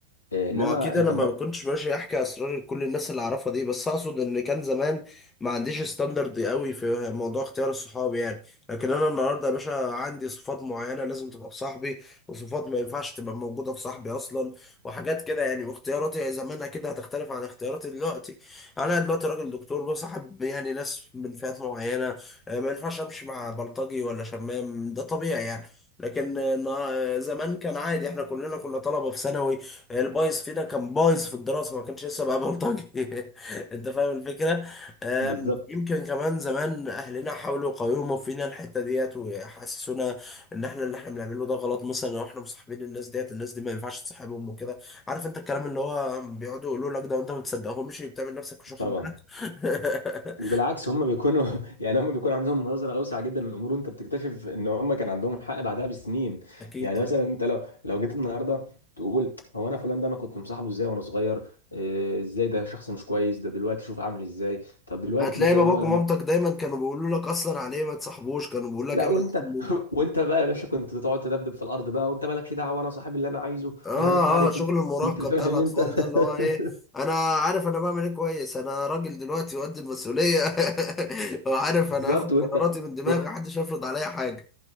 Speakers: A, on the left; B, on the left.
A: آه، انما
B: ما اكيد
A: انت
B: انا ما
A: مب...
B: كنتش ماشي احكي اسرار لكل الناس اللي اعرفها دي بس اقصد ان كان زمان ما عنديش ستاندرد قوي في موضوع اختيار الصحاب يعني لكن انا النهارده يا باشا عندي صفات معينه لازم تبقى في صاحبي وصفات ما ينفعش تبقى موجوده في صاحبي اصلا وحاجات كده يعني واختياراتي زمان اكيد هتختلف عن اختياراتي دلوقتي انا دلوقتي راجل دكتور بصاحب يعني ناس من فئات معينه آه، ما ينفعش امشي مع بلطجي ولا شمام ده طبيعي يعني لكن آه، نا- زمان كان عادي احنا كلنا كنا طلبه في ثانوي البايظ فينا كان بايظ في الدراسة ما كانش لسه بقى بلطجي <laughs> انت فاهم الفكرة أم،
A: بالظبط
B: يمكن
A: <laughs>
B: كمان زمان اهلنا حاولوا يقاوموا فينا الحتة ديت ويحسسونا ان احنا اللي احنا بنعمله ده غلط مثلا لو احنا مصاحبين الناس ديت الناس دي ما ينفعش تصاحبهم وكده عارف انت الكلام اللي هو بيقعدوا يقولوا لك ده وانت ما بتصدقهمش بتعمل نفسك مش واخد
A: طبعا
B: بالك
A: وبالعكس هم بيكونوا <laughs> يعني هم بيكون عندهم نظرة أوسع جدا للأمور وأنت بتكتشف إن هم كان عندهم حق بعدها بسنين
B: <laughs> اكيد
A: يعني
B: طبعا
A: مثلا أنت لو لو جيت النهاردة تقول هو أنا فلان ده أنا كنت مصاحبه إزاي وأنا صغير إيه، إزاي ده شخص مش كويس ده دلوقتي شوف عامل إزاي طب دلوقتي
B: هتلاقي
A: مثلا
B: باباك
A: هو لما
B: ومامتك دايما كانوا بيقولوا لك اصلا عليه ما تصاحبوش كانوا بيقولوا
A: لا
B: لك ابعد
A: وانت
B: عنه
A: <laughs> وانت بقى يا باشا كنت تقعد تدبدب في الارض بقى وانت مالكش دعوه انا صاحب اللي انا عايزه
B: اه
A: انا مش عارف
B: اه شغل
A: ايه
B: المراهقه
A: انت فاهم
B: بتاع الاطفال
A: انت
B: ده اللي هو
A: <laughs>
B: ايه انا عارف انا بعمل ايه كويس انا راجل دلوقتي وقد المسؤوليه <laughs> وعارف
A: بالظبط
B: انا هاخد
A: وانت
B: قراراتي من دماغي
A: و-
B: محدش هيفرض عليا حاجه